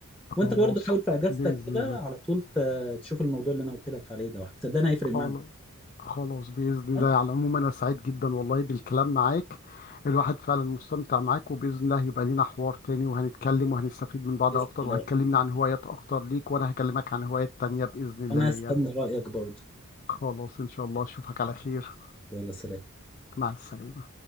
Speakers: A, on the left; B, in the centre.
A: خلاص
B: وانت برضو حاول في اجازتك
A: باذن
B: كده
A: الله
B: على طول ت- تشوف الموضوع اللي انا قلت لك عليه ده صدقني هيفرق
A: خلاص
B: معاك
A: خلاص بإذن
B: تمام؟
A: الله على العموم أنا سعيد جدا والله بالكلام معاك الواحد فعلا مستمتع معاك وبإذن الله هيبقى لينا حوار تاني وهنتكلم وهنستفيد من بعض
B: بإذن
A: أكتر
B: الله
A: وهتكلمنا عن هوايات أكتر ليك وأنا هكلمك عن هوايات تانية بإذن الله
B: انا
A: ليا
B: هستنى رايك برضو
A: خلاص إن شاء الله أشوفك على خير
B: يلا سلام
A: مع السلامة